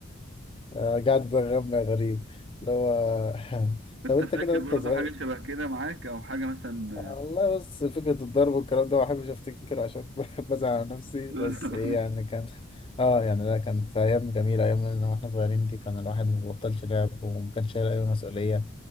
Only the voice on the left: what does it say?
آه، قاعد تغمى غريب اللي هو <laughs>
طب أنت
كده وأنت
صغير
والله بص فكرة الضرب والكلام ده ما بحبش افتكره عشان <laughs> بحب ازعل على نفسي
بس
ايه يعني كان <laughs> اه يعني لا كانت ايام جميلة ايام لما احنا صغيرين دي كان الواحد ما بيبطلش لعب وما كانش شايل اي مسؤولية